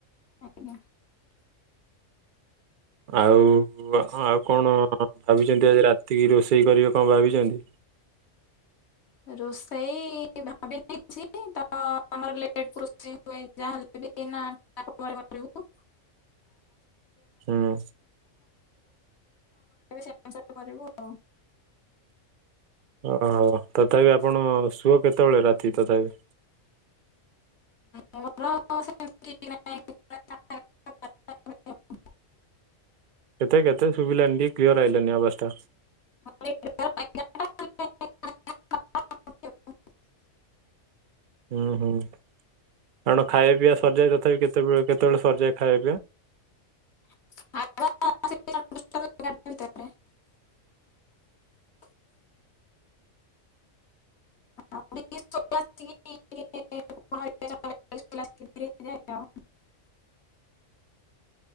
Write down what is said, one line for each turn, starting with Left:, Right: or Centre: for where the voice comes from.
Left: ଆଜ୍ଞା।
Right: ଆଉ ହଁ ଆଉ କଣ ଭାବିଛନ୍ତି ଆଜି ରାତିକି ରୋଷେଇ କରିବେ କଣ ଭାବିଛନ୍ତି?
Left: ରୋଷେଇ ଭାବିିନଛି ତମର ଲେଟ୍ ରୋଷେଇ ହୁଏ ଯାହାହେଲେ। <unintelligible> ଯାହା କହିବେ
Right: ହୁଁ
Left: ସେ ଅନୁସାରେ କରିବୁ ଆଉ।
Right: ଓହୋ ତଥାପି ଆପଣ ଶୁଅ କେତେବେଳେ ରାତି ତଥାପି।
Left: ମୋର ସେମିତି। <unintelligible> <unintelligible>
Right: କେତେ କେତେ ଶୁଭିଲାନି ଟିକେ କ୍ଲିଅର ଆଇଲାନି ଆବାସ୍ ଟା।
Left: <unintelligible>
Right: ହୁଁ ହୁଁ। କାରଣ ଖାଇବା ପିଇବା ସରିଯାଏ ତଥାପି କେତେବେଳେ କେତେବେଳେ ସରିଯାଏ ଖାଇବା ପିଇବା?
Left: <unintelligible> <unintelligible> <unintelligible>
Right: ଆ